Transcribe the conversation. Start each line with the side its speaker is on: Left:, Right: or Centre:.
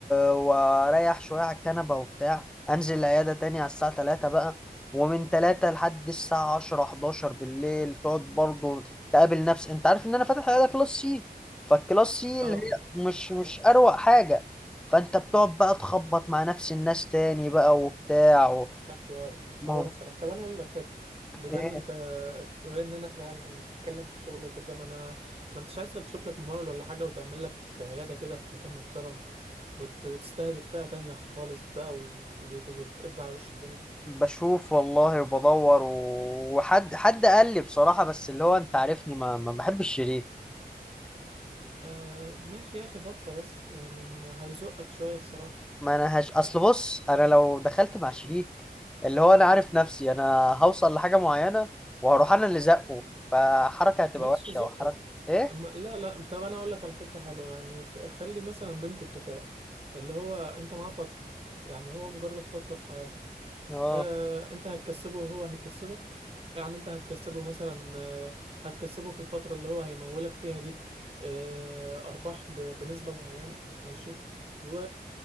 Centre: واريح شويه على الكنبه وبتاع انزل العياده تاني على الساعه 3 بقى ومن 3 لحد الساعه 10 11 بالليل تقعد برضه تقابل نفس انت عارف ان انا فاتح عياده كلاس سي فالكلاس سي اللي
Right: اه
Centre: هي
Right: اه
Centre: مش مش اروق حاجه فانت بتقعد بقى تخبط مع نفس الناس تاني بقى وبتاع و...
Right: ده حوار حوار
Centre: ما هو-
Right: الصراحة طب أنا أقول لك فكرة بما
Centre: إيه؟
Right: إن أنت بما إننا إحنا يعني بنتكلم في الشغل وكده ما أنا ما أنتش عايز لك تشوف لك ممول ولا حاجة وتعمل لك عيادة كده في مكان محترم وت... وتستهدف فئة تانية خالص بقى وت... وت... وتقب على وش الدنيا
Centre: بشوف والله وبدور و- وحد حد قال لي بصراحة بس اللي هو انت عارفني ما ما بحبش الشريك
Right: آه ماشي يا أخي فترة بس يعني ما هيزقك شوية الصراحة
Centre: ما انا هش اصل بص انا لو دخلت مع شريك اللي هو انا عارف نفسي انا هوصل لحاجة معينة وهروح انا اللي زقه فحركة هتبقى
Right: ماشي
Centre: وحشة
Right: زقه
Centre: وحركة ايه
Right: أما لا لا طب انا اقول لك على فكره حلوه يعني ف- خلي مثلا بينكوا اتفاق اللي هو انت معاه فتره يعني هو مجرد فتره في حياتك
Centre: اه
Right: آه، انت هتكسبه وهو هيكسبك يعني انت هتكسبه مثلا آه، هتكسبه في الفتره اللي هو هيمولك فيها دي آه، ارباح ب- بنسبه معينه ماشي و...